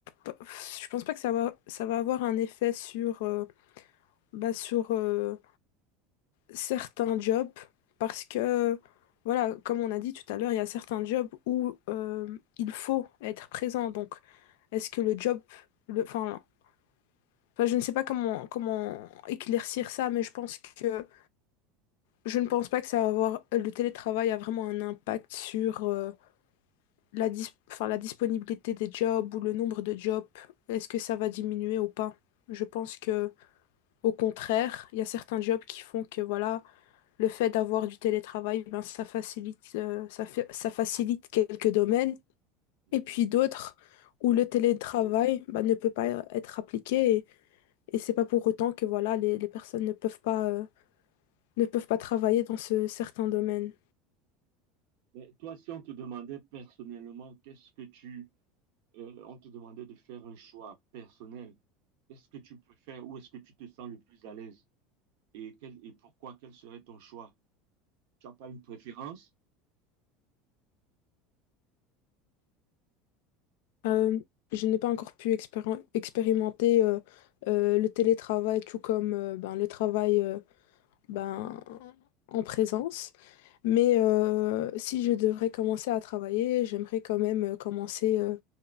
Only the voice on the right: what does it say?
Mhm.
Mais toi, si on te demandait personnellement, qu'est-ce que tu, euh, on te demandait de faire un choix personnel, qu'est-ce que tu peux faire, où est-ce que tu te sens le plus à l'aise? et, quel, et pourquoi, quel serait ton choix? Tu n'as pas une préférence?